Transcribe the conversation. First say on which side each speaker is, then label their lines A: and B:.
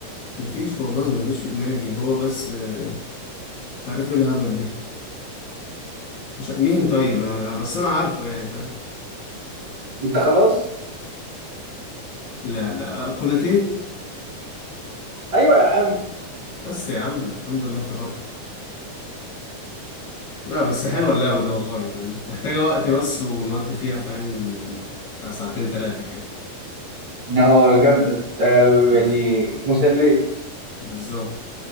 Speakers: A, on the left; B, on the right.
A: مفيش والله مفيش في دماغي هو بس آه، مش عارف ايه الهبل دي مش ع- مين طيب انا بس انا عارفه يعني فاهم
B: انت خلاص
A: لا لا كوناتي
B: ايوه يا عم
A: بس يا عم الحمد لله افتكرتها لا بس حلوه اللعبه دي والله فاهم محتاجه وقت بس ونودي فيها فاهم بتاع ساعتين ثلاثه كده
B: اه جامدة انت
A: بز...
B: يعني مسلية
A: بالظبط